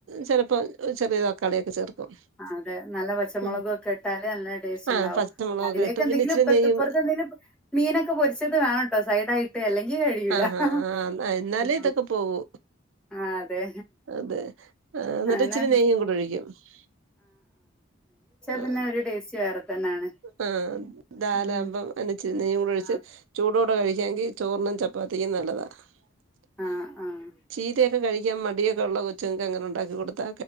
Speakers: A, on the right (about 75°); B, in the centre.
A: ചെലപ്പോ ചെറിയ തക്കാളിയൊക്കെ ചേർക്കും. <unintelligible>
B: ആഹ് അതെ നല്ല രസം പച്ചമുളകും
A: ഉം
B: ഒക്കെ ഇട്ടാല് നല്ല ടേസ്റ്റ്
A: ആഹ്
B: ഉണ്ടാവും.
A: പച്ചമുളകൊക്കെ
B: അതിലേക്ക്
A: ഇട്ട്
B: എന്തെങ്കിലും
A: പിന്നെ ഇച്ചിരി
B: ഇപ്പ
A: നെയ്യും
B: ഇപ്പുറത്തെ എന്തെങ്കിലും മീനൊക്കെ പൊരിച്ചത് വേണട്ടോ സൈഡ് ആയിട്ട് അല്ലെങ്കിൽ കഴിയൂല
A: ആഹ്
B: ആഹ്
A: എന്നാലേ ഇതൊക്കെ പോകൂ
B: അതെ
A: അതെ ആഹ് എന്നിട്ട്
B: അനെ
A: ഇച്ചിരി നെയ്യും കൂടെ <inaudible> <inaudible> ആഹ്,
B: പിന്നെ ഒരു ടേസ്റ്റ് വേറെ തന്നെയാണ്
A: ആഹ് ദാലാവുമ്പോ
B: ഉം
A: എണ്ണയിച്ചു നെയ്യും കൂടെ ഒഴിച്ച്
B: ആഹ്
A: ചൂടോടെ കഴി കഴിക്കാണെങ്കിൽ ചോറിനും ചപ്പാത്തിക്കും നല്ലതാ <inaudible>
B: ആഹ് ആഹ്
A: ചീരയൊക്കെ കഴി ക്കാൻ മടിയൊക്കെ ഒള്ള കൊച്ചങ്ങക്ക് അങ്ങനെ ഉണ്ടാക്കി കൊടുത്താ